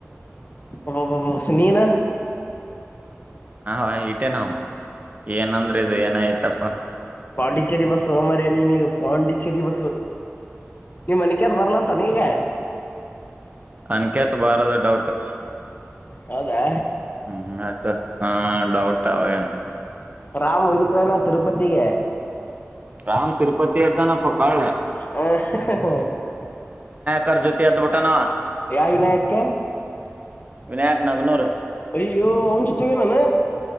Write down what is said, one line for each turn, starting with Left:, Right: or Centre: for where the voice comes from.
Left: ಹ್ಮ್ ಹ್ಮ್ ಬಾಸು ನಿನ್ನ
Right: ಹ ಹೊ ಇಟ್ಟೇ ನವು ಏನಂದ್ರ ಇದು ಏನಐತಪ್ಪ.
Left: ಪಾಂಡಿಚೆರಿ ಬಸ್ ಮರ ನೀ ನೀಗ ಪಾಂಡಿಚೆರಿ ಬಸ್ ನೀವ್ ಮನಕಾದ್ ಬರ್ಲ ಅಂತ ನೀಗೆ <unintelligible>
Right: ಅನ್ಕೆತ್ ಬಾರ ದೊಡ್ ಡೌಟ್
Left: ಹೌದಾ
Right: ಹ್ಮ್. ಸ ಹಾ ಡೌಟ್ ಆ ಅವ ನ್
Left: ರಾಮ್ ಉದುಕಯನಾ ತಿರುಪತಿಗೆ
Right: ರಾಮ್ ತಿರುಪತಿ ಅ್ದನಪ್ಪಾ ಕಾಳಳ.
Left: ಹ ಹ <unintelligible>
Right: ಕರ್ ಜೊತೆ ಅದುಬುಟಾನ.
Left: ಯಾವ ವಿನಾಯಕ್ಕೆ.
Right: ವಿನಾಯಕ್ ನಗನೂರ್.
Left: ಅಯೋ ಅವ್ ಜೊತೆಗನಾನ